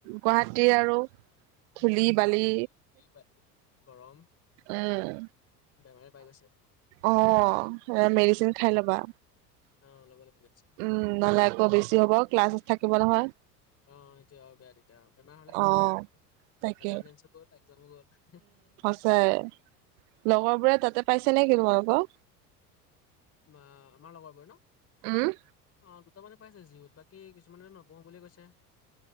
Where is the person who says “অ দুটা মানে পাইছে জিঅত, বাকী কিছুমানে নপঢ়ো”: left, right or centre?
Left